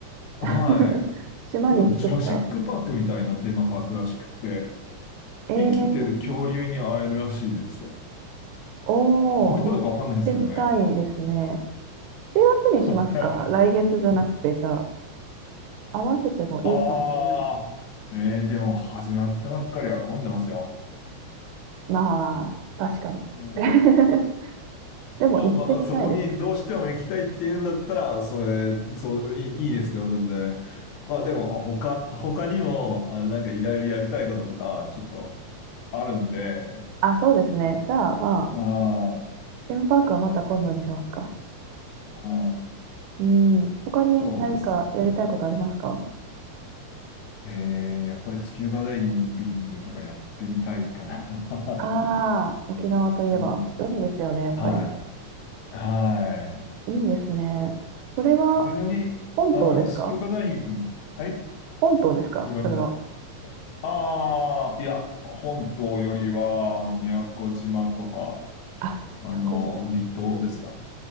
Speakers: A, on the left (about 80°); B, on the right (about 80°).
A: はい。
B: <laughs> 島に作った。
A: なんかジュラシックパークみたいなテーマパークらしくて、
B: えー、
A: 生きてる恐竜に会えるらしいですよ。
B: おー、
A: 本当かどうかわかんないんですけどね。
B: 行ってみたいですね。7月にしますか来月じゃなくて、
A: <laughs>
B: じゃあ、合わせてもいいかもしれない。
A: ああ、えー、でも始まったばっかりは混んでますよ。
B: まあ、確かに。
A: うん
B: <laughs> でも行ってみたいですけど
A: あ、まあ、そこにどうしても行きたいって言うんだったら、それ、そう、いい、いいですけど、全然。まあでも、他、他にも、あの、なんかいろいろやりたいこととか、ちょっとあるんで、
B: <laughs> あ、そうですね。じゃあ、まあ、
A: ああ、
B: テーマパークはまた今度にしますか。
A: ああ
B: うん。他に何かやりたいことありますか
A: そうですね。えー、やっぱりスキューバダイビングとかやってみたいかな。<laughs>
B: ああー、沖縄といえば海ですよね、
A: うん、
B: やっぱり。
A: はい。はい。
B: いいですね。それは
A: 別に、
B: 本島ですか
A: あの、スキューバダイビング、はい、
B: 本島ですかそれは。
A: ごめんなさい。ああ、いや、本島よりは、あの、宮古島とか、
B: あ、
A: あの、
B: 宮古島。
A: 離島ですか。